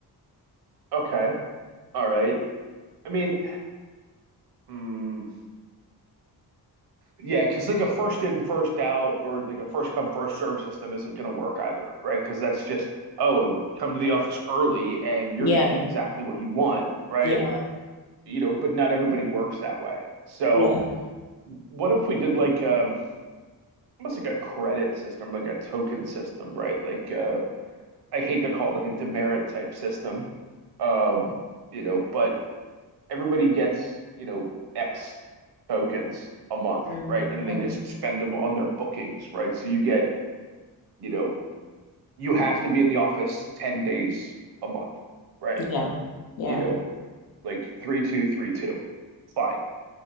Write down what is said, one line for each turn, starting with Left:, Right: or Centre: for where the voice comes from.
Right: Okay, all right. I mean, hmm. Yeah, because like a first in, first out, or like a first come, first serve system isn't going to work either, right? Because that's just, oh, come to the office early and you're
Left: Yeah,
Right: going to get exactly what you want, right?
Left: yeah,
Right: You know, but not everybody works that way. So,
Left: yeah,
Right: what if we did like um almost like a credit system, like a token system, right? Like uh I hate to call it like a demerit type system. Um, you know, but everybody gets, you know, X tokens a month,
Left: Mm,
Right: right? And
Left: mm,
Right: they just spend them on their bookings, right? So you get, you know, you have to be in the office 10 days a month, right?
Left: yeah, yeah.
Right: You know, like three, two, three, two. Fine.